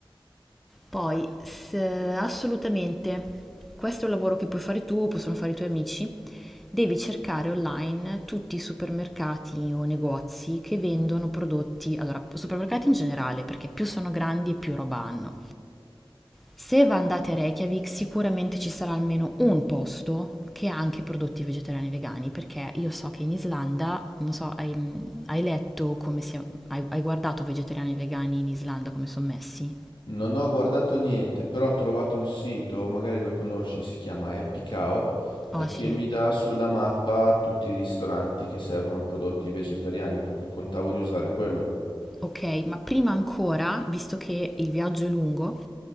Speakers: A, in the centre; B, on the left.
A: Poi, se assolutamente questo è un lavoro che puoi fare tu, possono fare i tuoi amici, devi cercare online tutti i supermercati o negozi che vendono prodotti, allora, supermercati in generale, perché più sono grandi e più roba hanno. Se va- andate a Reykjavik, sicuramente ci sarà almeno un posto che ha anche prodotti vegetariani e vegani, perché io so che in Islanda, non so, hai, hai letto come si, hai, hai guardato vegetariani e vegani in Islanda come sono messi?
B: Non ho guardato niente, però ho trovato un sito, magari lo conosci, si chiama Epicao, eh,
A: Ah sì.
B: che mi dà sulla mappa tutti i ristoranti che servono prodotti vegetariani, per cui contavo di usare quello.
A: Ok, ma prima ancora, visto che il viaggio è lungo,